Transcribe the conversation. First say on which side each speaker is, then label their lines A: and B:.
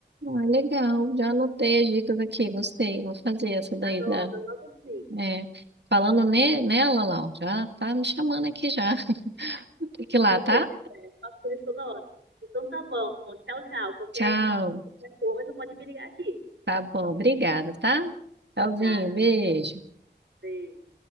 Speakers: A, on the right; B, on the right.
A: Ah, legal, já anotei as dicas aqui, gostei. Vou fazer essa daí
B: Anota,
A: da.
B: anota sim.
A: é, falando ne- nela, Lau, já tá me chamando aqui já. <laughs> Tem que ir lá,
B: Eu
A: tá?
B: sei como é, faço por isso toda hora. Então tá bom, tchau, tchau. Qualquer,
A: Tchau.
B: qualquer coisa pode me ligar aqui.
A: Tá bom, obrigada, tá? Tchauzinho,
B: Tá,
A: beijo.
B: beijo.